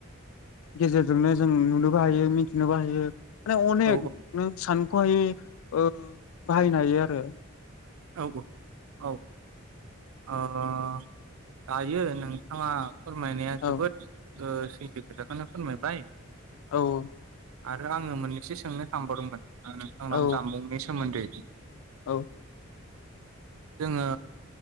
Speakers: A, on the left (about 80°); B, on the right (about 85°).
A: गेजेरजोंनो जों नुनोबो हायो ।मिथिनोबो हायो। माने अनेक
B: औ
A: नों सान <unintelligible> ओ बाहायनो हायो आरो
B: औ औ औ ओ दायो नोंथाङा फोरमायनाया
A: औ
B: जोबोद ओ सैथो खोथाखोनो फोरमायबाय
A: औ-औ
B: आरो आङो मोननैसो सोंनो सानबावदोंमोन नोंथांनाव
A: औ
B: जामबुंनि सोमोन्दै
A: औ
B: जोङो